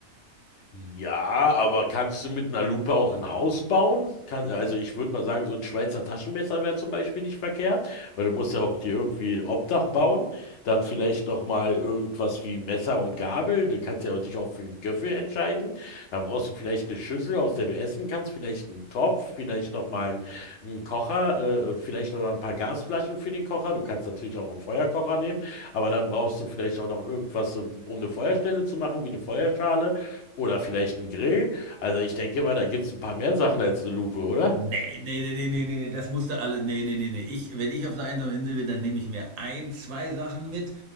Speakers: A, on the left; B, on the right.
A: Ja, aber kannst du mit einer Lupe auch ein Haus bauen? Kann, also ich würde mal sagen, so ein Schweizer Taschenmesser wäre zum Beispiel nicht verkehrt, weil du musst ja auch dir irgendwie ein Obdach bauen. Dann vielleicht noch mal irgendwas wie Messer und Gabel. Du kannst ja dich auch für einen Göffel entscheiden. Dann brauchst du vielleicht eine Schüssel, aus der du essen kannst, vielleicht einen Topf, vielleicht noch mal einen, einen Kocher, äh, äh, vielleicht noch mal ein paar Gasflaschen für den Kocher. Du kannst natürlich auch einen Feuerkocher nehmen, aber dann brauchst du vielleicht auch noch irgendwas, so, um eine Feuerstelle zu machen, wie eine Feuerschale. Oder vielleicht ein Grill. Also ich denke mal, da gibt es ein paar mehr Sachen als eine Lupe, oder?
B: Ne, ne, ne, ne, ne, ne, ne, das musste alle. Ne, ne, ne, ne. Ich, wenn ich auf einer einsamen Insel bin, dann nehme ich mir ein, zwei Sachen mit